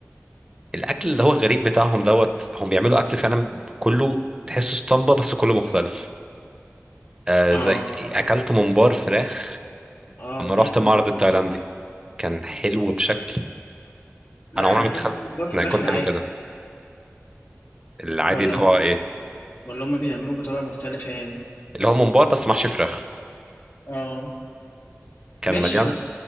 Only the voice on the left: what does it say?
آه
آه
أكلت
من...
لا
أنا
أكلت
ممبار
فراخ
العادي
ولا
هم
بي... ولا هم بيعملوه بطريقة مختلفة يعني
اه
ماشي
انا